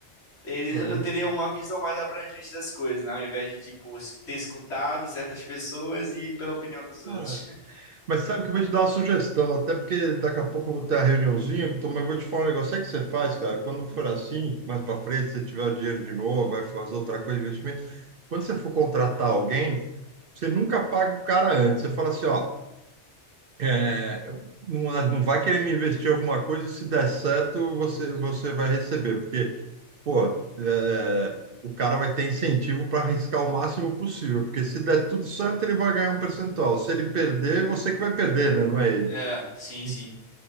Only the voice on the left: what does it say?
Ele-
Eu teria uma visão mais abrangente das coisas, né? Ao invés de, tipo, es- ter escutado certas pessoas e pela opinião dos outros.
<laughs>
É, sim,
sim.